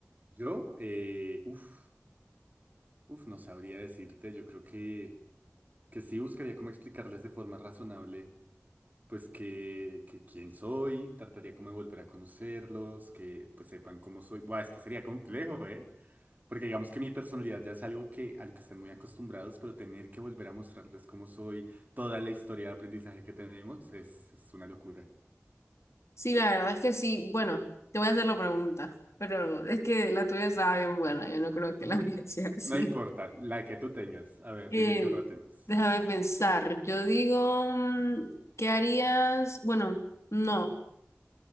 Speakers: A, on the right; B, on the left.
A: Yo, eh, uff. Uf, no sabría decirte, yo creo que, que sí buscaría como explicarles de forma razonable, pues que, que quién soy, trataría como de volver a conocerlos, que pues sepan cómo soy. Buah, es que sería complejo, ¿eh? Porque digamos que mi personalidad ya es algo que, a lo que están muy acostumbrados, pero tener que volver a mostrarles cómo soy, toda la historia de aprendizaje que tenemos, es, es una locura.
B: Sí, la verdad es que sí. Bueno, te voy a hacer la pregunta, pero es que la tuya estaba bien buena. Yo no creo que
A: <laughs>
B: la <laughs> mía sea así.
A: No importa, la que tú tengas. A ver,
B: Eh,
A: dime qué otra temas.
B: déjame pensar. Yo digo, mm, ¿qué harías? Bueno, no.